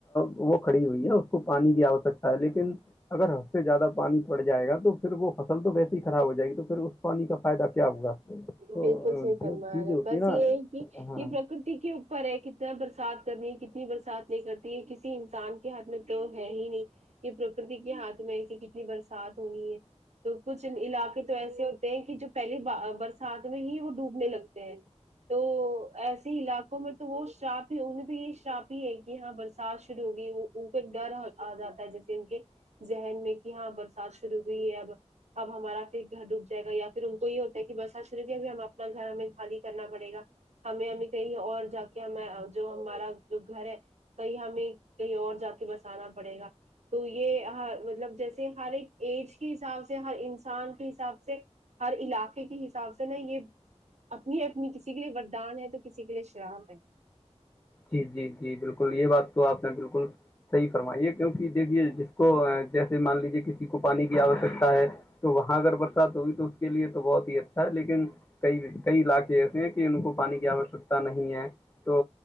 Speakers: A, on the left; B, on the right.
A: وہ کھڑی ہوئی ہے اس کو پانی کی آوشکتا ہے لیکن اگر ہد سے زیادہ پانی پڑ جائے گا تو پھر وہ فصل تو ویسی ہی خراب ہو جائے گی تو پھر اس پانی کا فائدہ کیا ہوگا تو
B: بالکل صحی
A: جو
B: فنما
A: چیز
B: رہے
A: ہوتی
B: ہیں بس
A: نا
B: یہ ہے کہ
A: ہاں
B: یہ پرکرتی کے اوپر ہے کتنا برسات کرنی ہے کتنی برسات نہیں کرتی ہے کسی انسان ہاتھ میں تو ہے ہی نہیں یہ پرکرتی کے ہاتھ میں ایے کتنی برسات ہونی ہے تو کچھ علاقے تو ایسے ہوتے ہیں کہ جو پہلے برسات میں ہی وہ ڈوبنے لگتے ہیں تو ایسے علاقوں میں تو وہ شراپ ہی انیں تو یہ شراپ ہی ہے کہ ہاں برسات شروع ہوگی وہ اوپر ڈر آ جاتا ہے جیسے ان کے ذہن میں کہ ہاں برسات شروع ہوئی ہے اب اب ہمارا پھر گھر ڈوب جائےا یا پھر ان کو یہ ہوتا ہے کہ بس سچرو بھی ہم اپنا گھر ہمیں خالی کرنا پڑے گا ہمیں ہمیں کہیں اور جا کے ہم جو ہمارا جو گھر ہے کہیں ہمیں کہیں اور جا کے بسانا پڑے گا تو یہ ہر مطلب جیسے ہر ایک ایج کے حساب سے ہر انسان کے حساب سے ہر علاقے کی صاف سے یہ اپنی اپنی کسی کے لیے ردان ہے تو کسی کے لیے شرااب ہے
A: جی جی جی بالکل یہ بات تو آپ نے بالکل صحیح فرمائیے کیونکہ دیکھیے جس کو جیسے مان لیجیے کسی کو پانی کی آوشکتا ہے تو وہاں اگر برسات ہوگی تو اس کے لیے تو بہت ہی اچھا ہے لیکن کئی کئی علاقے ایسے ہیں کہ ان کو پانی کی آوشکتا نہیں ہے تو